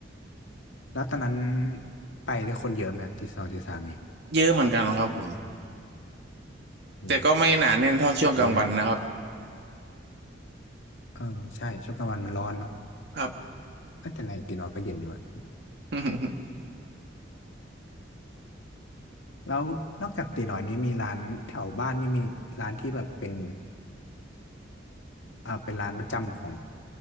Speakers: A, on the left; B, on the right.
A: แล้วตอนนั้นไปได้คนเยอะไหมฮะตีสองตีสามนี่
B: เยอะเหมือนกันครับผม
A: โอ้
B: แต่ก็ไม่หนาแน่นเท่าช่วงกลางวันนะครับ
A: ดีนะเออใช่ช่วงกลางวันมันร้อนเนาะ
B: ครับ
A: เอ้ยแต่ในตีน้อยก็เย็นอยู่อะ
B: <laughs>
A: แล้วนอกจากตีน้อยนี้มีร้านแถวบ้านนี่มีร้านที่แบบเป็น อ่าเป็นร้านประจำของ